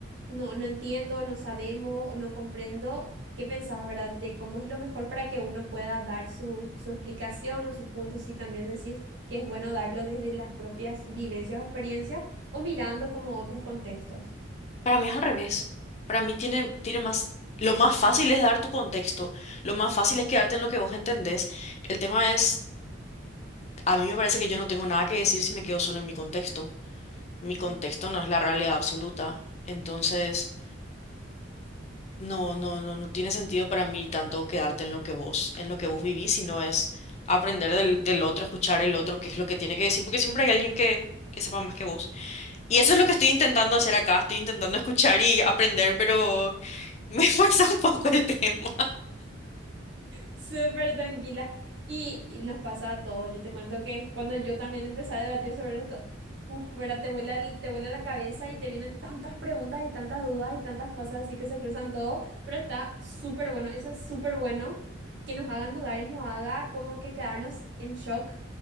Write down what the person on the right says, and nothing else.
no, no entiendo, no sabemos o no comprendo. ¿Qué pensás, verdad, de cómo es lo mejor para que uno pueda dar su, su explicación o su punto? Si también decís que es bueno darlo desde las propias vivencias o experiencias o mirando como otros contextos.
Ujú.
ujú.
Súper tranquila. Y, y nos pasa a todos. Yo te cuento que cuando yo también empecé a debatir sobre esto, puf, ¿verdad? Te vuela, el- te vuela la cabeza y te vienen tantas preguntas y tantas dudas y tantas cosas así que se cruzan todo. Pero está súper bueno. Eso es súper bueno que nos hagan dudar y nos haga como que quedarnos en shock